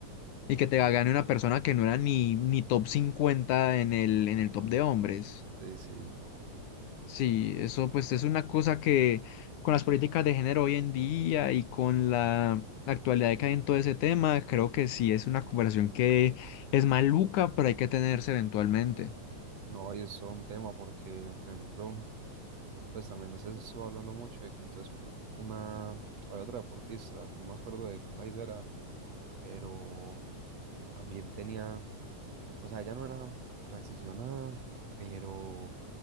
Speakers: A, on the left; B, on the right.
A: Y que te gane una persona que no era ni, ni top 50 en el, en el top de hombres.
B: sí, sí.
A: Sí, eso pues es una cosa que con las políticas de género hoy en día y con la actualidad que hay en todo ese tema, creo que sí es una conversación que es maluca, pero hay que tenerse eventualmente.
B: No, y es todo un tema porque, por ejemplo, pues también se estuvo hablando mucho de que entonces por una, había otra deportista, no me acuerdo de qué país era, pero también tenía, o sea, ella no era transicionada, pero